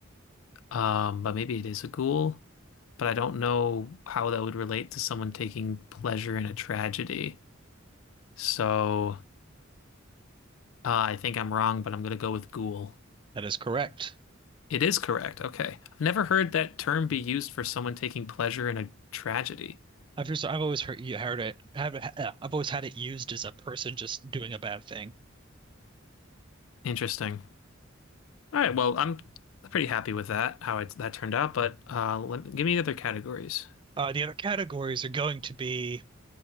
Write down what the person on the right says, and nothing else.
That is correct.
I've just I've always heard you heard it. Have, uh, I've always had it used as a person just doing a bad thing.
Uh, the other categories are going to be